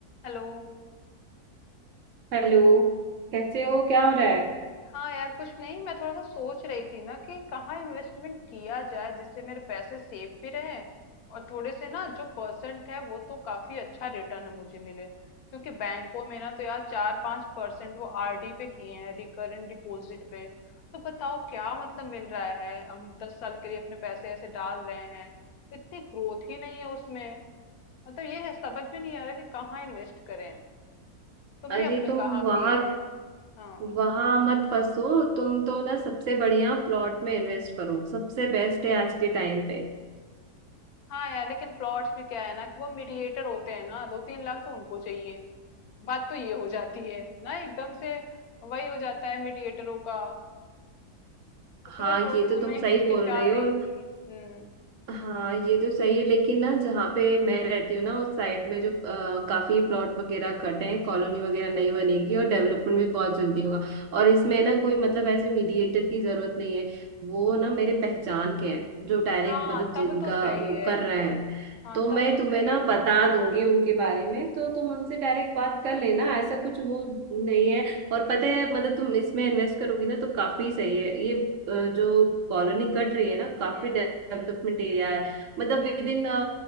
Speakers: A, on the left; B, on the right.
A: Hello
B: Hello कैसे हो क्या हो रहा है
A: हाँ यार कुछ नहीं मैं थोड़ा सा सोच रही थी ना कि कहाँ इन्वेस्टमेंट किया जाए जिससे मेरे पैसे सेफ भी रहे और थोड़े से ना जो परसेंट है वो तो काफी अच्छा रिटर्न मुझे मिले क्योंकि बैंकों में ना तो यार चार पांच परसेंट वो आरडी पे किए हैं रिकरेंट डिपॉजिट पे तो बताओ क्या मतलब मिल रहा है हम दस साल के लिए अपने पैसे ऐसे डाल रहे हैं इतनी ग्रोथ ही नहीं है उसमें मतलब ये है समझ में नहीं आ रहा कि कहाँ इन्वेस्ट करें तुमने
B: अरे
A: अपने
B: तुम
A: कहाँ
B: वहां
A: किए हैं हाँ
B: वहां मत फंसो तुम तो ना सबसे बढ़िया प्लॉट में इन्वेस्ट करो सबसे बेस्ट है आज के टाइम पे
A: हाँ यार लेकिन प्लॉट्स में क्या है ना कि वो मीडिएटर होते हैं ना दो तीन लाख तो उनको चाहिए बात तो ये हो जाती है ना एकदम से वही हो जाता है मीडिएटरों का इसलिए
B: हाँ
A: थोड़ा
B: ये
A: समय
B: तो तुम सही
A: हिचकिचा
B: बोल रहे
A: रही
B: हो
A: थी हम्म
B: हाँ ये तो सही है लेकिन ना जहाँ पे मैं रहती हूँ ना उस साइड में जो अ, काफी प्लॉट वगैरह कटे हैं कॉलोनी वगैरह नहीं बनेगी और डेवलपमेंट भी बहुत जल्दी होगा और इसमें ना कोई मतलब ऐसे मीडिएटर की जरूरत नहीं है वो ना मेरे पहचान के हैं जो डायरेक्ट
A: हाँ
B: मतलब
A: तब
B: जिनका
A: तो सही
B: वो
A: है
B: कर रहे हैं
A: हाँ
B: तो मैं
A: तब तो
B: तुम्हें
A: सही
B: ना
A: है
B: बता दूंगी उनके बारे में तो तुम उनसे डायरेक्ट बात कर लेना ऐसा कुछ वो नहीं है और पता है मतलब तुम इसमें इन्वेस्ट करोगी ना तो काफी सही है ये अ, जो कॉलोनी कट रही है ना काफी
A: हम्म
B: डेवलपमेंट
A: हम्म
B: एरिया है मतलब विद इन